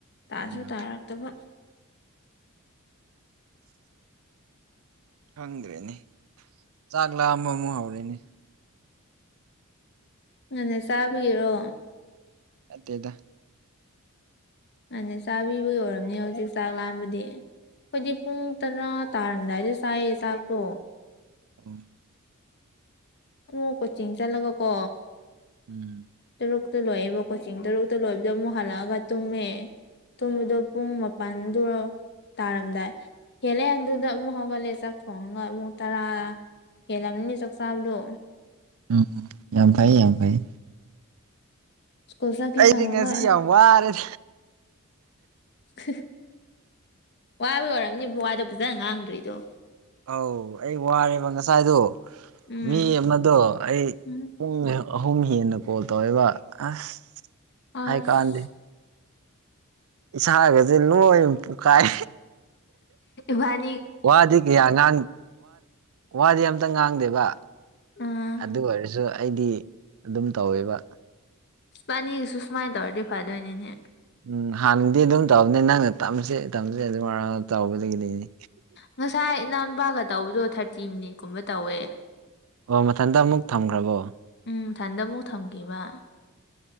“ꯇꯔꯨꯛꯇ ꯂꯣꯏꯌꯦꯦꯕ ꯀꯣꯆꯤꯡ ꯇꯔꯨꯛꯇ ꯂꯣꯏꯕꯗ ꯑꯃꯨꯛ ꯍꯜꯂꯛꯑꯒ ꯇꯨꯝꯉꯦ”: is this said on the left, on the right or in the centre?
Left